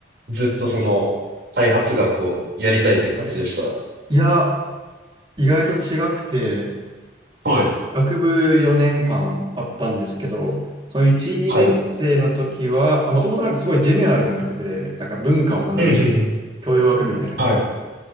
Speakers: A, on the right; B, on the right.
A: ずっとその開発学をやりたいって感じでした。
B: いや、意外と違くて、
A: はい。
B: 学部4年間あったんですけど、その1、2年生の時は、
A: はい。
B: もともとなんかすごいジェネラルな学部で、なんか文化を学ぶみたいな、
A: うん、うん、うん。
B: 教養学部みたいな感じ。
A: はい。